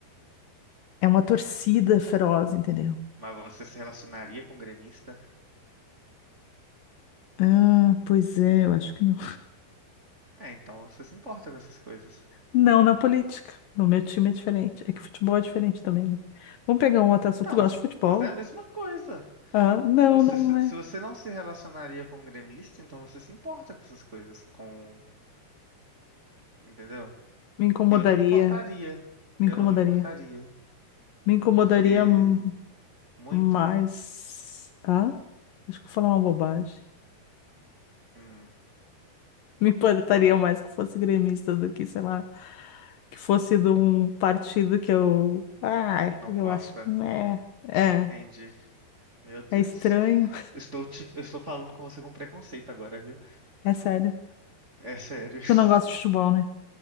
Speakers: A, on the left (about 70°); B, on the right (about 25°).
A: É uma torcida feroz, entendeu?
B: Mas você se relacionaria com um gremista?
A: Ah, pois é, eu acho que não.
B: É, então você se importa com essas coisas.
A: Não na política. No meu time é diferente. É que futebol é diferente também, né? Vamos pegar um outro assunto.
B: Então,
A: Tu gosta de futebol?
B: mas é a mesma coisa.
A: Ah, não,
B: Se você,
A: não
B: se
A: é.
B: se você não se relacionaria com um gremista, então você se importa com essas coisas, com, entendeu?
A: Me incomodaria.
B: Eu não me importaria.
A: Me
B: Eu
A: incomodaria.
B: não me importaria.
A: Me incomodaria
B: Porque
A: hum,
B: muito.
A: mais. Ah, acho que eu vou falar uma bobagem.
B: Hum.
A: <laughs> Me importaria
B: Ah, pô,
A: mais que fosse gremista do que, sei lá, que fosse de um partido que eu. Ai,
B: não
A: eu
B: gosta.
A: acho. meh. É,
B: Entendi. Meu Deus.
A: é estranho.
B: Estou te, eu estou falando com você com preconceito agora, viu?
A: É sério.
B: É sério. <laughs>
A: Tu não gosta de futebol, né?